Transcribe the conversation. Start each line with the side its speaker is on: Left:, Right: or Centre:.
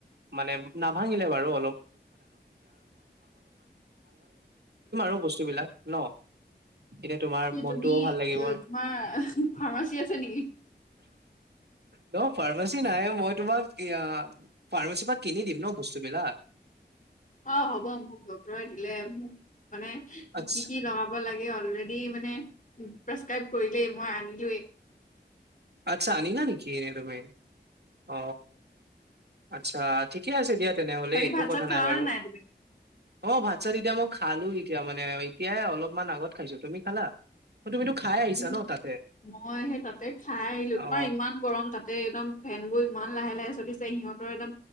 Right: মানে নাভাঙিলে বাৰু। <unintelligible> বস্তু বিলাক ন এতিয়া তোমাৰ
Left: এ
Right: মনটোও
Left: তুমি
Right: ভাল লাগিব
Left: তোমাৰ ফাৰ্মাচী আছে নেকি
Right: ন পাৰ্মাচি নাই মই তোমাক ফাৰ্মাচীৰ পৰা কিনি দিম ন বস্তুবলাক
Left: অ হ'ব মোক ডক্তৰে দিলেোক মানে
Right: আচ্ছা
Left: কি কি লগাব লাগে অল য মান প্ৰাচকাইব কৰিলে মই আনিলো
Right: আচ্ছা অনিলা নেকি তুমি অ আচ্ছা ঠিকে আছে দিয়া তেনেহলে
Left: বাকী
Right: একো
Left: ভাত
Right: কথা
Left: চাত খালানে
Right: নাই বাৰু
Left: তুমি
Right: অ ভাত চাত তেতিয়া মই খালো এতিয়া মানে এতিয়াই অলপমান আগত খাইছো তুমি খালা অ তুমিতো খাই আহিছা
Left: উম
Right: ন তাতে
Left: মই সেই তাতে খাই আহিলো তোমাৰ
Right: অ
Left: ইমান গৰম তাতে একদম ফেন বোৰ ইমান লাহে লাহে চলিছে সিহঁতৰ একদম